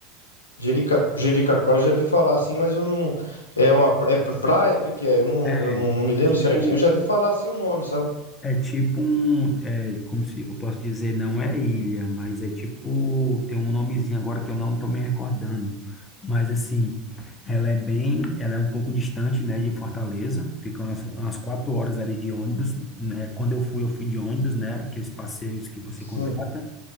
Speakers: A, on the left; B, on the left.
A: Jerica, Jericoacoara eu já vi falar assim, mas eu não. É uma pra- é praia? O que que é? Eu não,
B: É,
A: eu não, não me
B: é
A: lembro
B: tipo,
A: certinho. Eu já vi falar assim o nome, sabe?
B: É tipo um, é, como se eu posso dizer, não é ilha, mas é tipo, tem um nomezinho agora que eu não tô me recordando. Mas assim, ela é bem, ela é um pouco distante, né, de Fortaleza. Fica umas, umas quatro horas ali de ônibus, né? Quando eu fui, eu fui de ônibus, né? Aqueles passeios que você
A: Sim.
B: contrata.